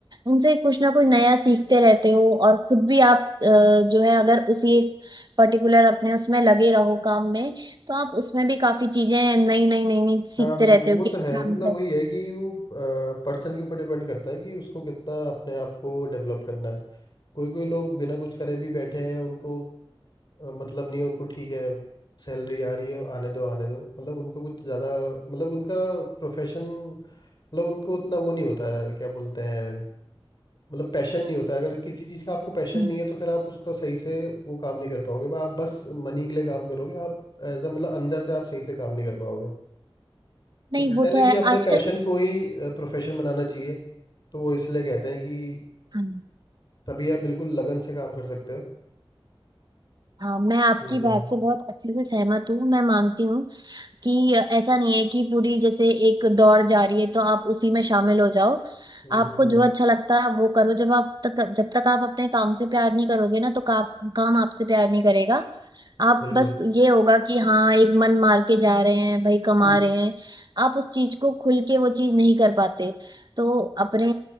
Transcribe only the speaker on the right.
उनसे कुछ ना कुछ नया सीखते रहते हो और खुद भी आप अ, जो है अगर उसी एक पर्टिकुलर अपने उसमें लगे रहो काम में तो आप उसमें भी काफी चीजें नई नई नई नई सीखते
रहते
हो कि
अच्छा
हम
इसे
हम्म।
नहीं
वो
तो है
आजकल
हाँ,
हाँ, मैं आपकी
बात
से बहुत अच्छे से सहमत हूँ मैं मानती हूँ कि ऐसा नहीं है कि पूरी जैसे एक दौड़ जा रही है तो आप उसी में शामिल हो जाओ
आपको
जो
अच्छा लगता है आप वो करो जब आप तक जब तक आप अपने काम से प्यार नहीं करोगे ना तो का, काम आपसे प्यार नहीं करेगा आप
बस ये होगा कि हाँ एक मन मार के जा रहे हैं भाई कमा
रहे हैं आप उस चीज को खुल के वो चीज नहीं कर पाते तो अपने